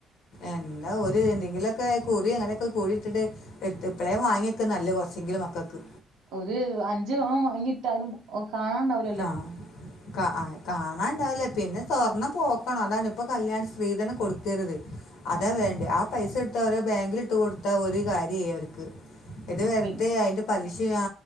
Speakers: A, on the left (about 85°); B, on the right (about 85°).
A: എന്താ ഒരു എന്തെങ്കിലുക്കെ കുറി അങ്ങനെയൊക്കെ കൂടിയിട്ടിട്ട് എ ഇപ്പളേ വാങ്ങി വെയ്ക്കാം നല്ലേ കുറച്ചെങ്കിലും മക്കൾക്ക്
B: ഒരു അഞ്ച് പവൻ വാങ്ങിട്ടാലും കാണാണ്ടാ വ്
A: ആ കാ കാണാൻ ഉണ്ടാവില്ല പിന്നെ സ്വർണ്ണം പോക്കാണ് അതാണ് ഇപ്പോൾ കല്യാണം സ്ത്രീധനം കൊടുക്കരുത് അതാ
B: അതാണ്
A: വേണ്ടത് ആ പൈസ എടുത്താ അവര് ബാങ്കിൽ ഇട്ട് കൊടുത്ത ഒരു കാര്യായി അവർക്ക് ഇത് വെറുതെ
B: പിൻ
A: അതിന്റെ പലിശ്യ